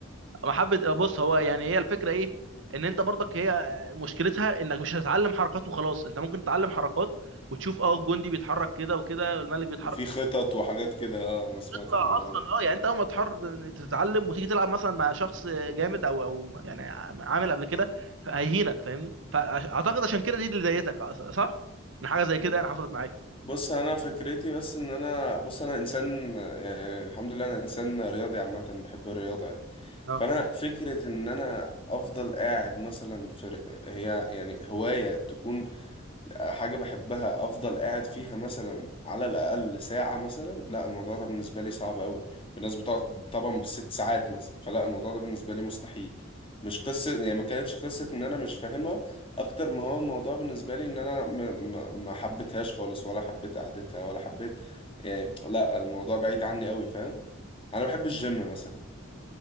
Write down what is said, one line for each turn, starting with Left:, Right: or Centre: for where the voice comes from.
Right: محبه بص هو يعني هي الفكره ايه ان انت برضك هي مشكلتها انك مش هتتعلم حركات وخلاص انت ممكن تتعلم حركات وتشوف اه الجندي بيتحرك كده وكده والملك بيتحرك
Left: وفي خطط وحاجات كده اه انا سمعت
Right: تطلع
Left: الموضوع
Right: اصلا
Left: ده
Right: اه يعني انت اول ما تحر تتعلم وتيجي تلعب مثلا مع شخص جامد او او يعني عامل قبل كده هيهينك فاهمني فاعتقد عشان كده دي اللي ضايقتك أص- صح ان حاجه زي كده يعني حصلت معاك
Left: بص انا فكرتي بس ان انا بص انا انسان يعني الحمد لله انا انسان رياضي عامه بحب الرياضه يعني
Right: اه
Left: فانا فكره ان انا افضل قاعد مثلا في ر- هي يعني هوايه تكون حاجة بحبها أفضل قاعد فيها مثلا على الأقل ساعة مثلا لا الموضوع ده بالنسبة لي صعب أوي في ناس بتقعد طبعا بالست ساعات مثلا فلا الموضوع ده بالنسبة لي مستحيل مش قصة يعني ما كانتش قصة إن أنا مش فاهمها أكتر ما هو الموضوع بالنسبة لي إن أنا ما, ما, ما حبيتهاش خالص ولا حبيت قعدتها ولا حبيت يعني لا الموضوع بعيد عني أوي فاهم أنا بحب الجيم مثلا